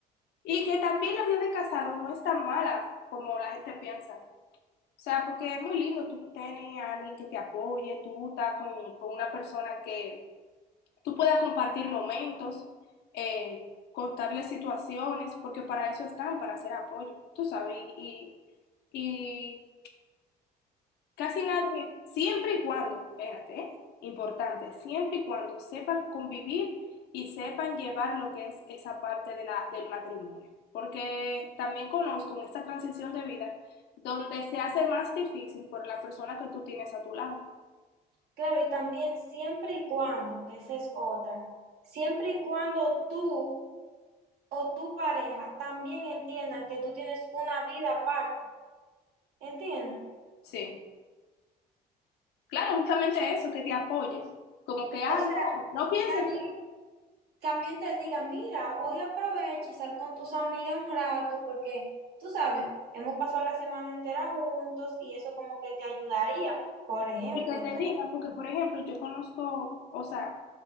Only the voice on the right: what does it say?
Claro, y también siempre y cuando, que esa es otra, siempre y cuando tú o tu pareja también entiendan que tú tienes una vida aparte, ¿entiendes?
O sea,
también
también te diga, mira, hoy aprovecha y sal con tus amigas un rato porque, tú sabes, hemos pasado la semana entera juntos y eso como que te ayudaría. Por ejemplo,
tú-